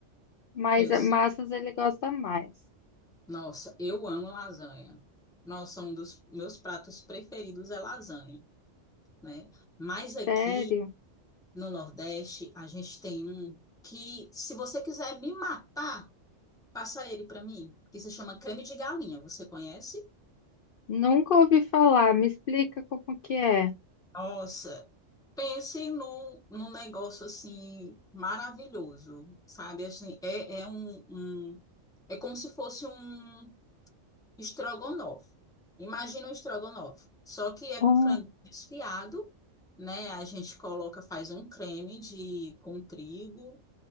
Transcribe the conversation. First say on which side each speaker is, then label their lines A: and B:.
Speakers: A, on the left; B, in the centre.
A: Mas
B: Eu
A: eh,
B: sei.
A: massas ele gosta mais.
B: Nossa, eu amo lasanha. Nossa, um dos meus pratos preferidos é lasanha, né? Mas aqui
A: Sério?
B: no Nordeste, a gente tem um que, se você quiser me matar, passa ele pra mim, que se chama creme de galinha. Você conhece?
A: Nunca ouvi falar. Me explica como que é.
B: Nossa, Pense num, num negócio assim maravilhoso, sabe? Assim, é, é um, um- é como se fosse um estrogonofe. Imagina um estrogonofe, só que é
A: Hum,
B: com frango desfiado, né? A gente coloca, faz um creme de com trigo,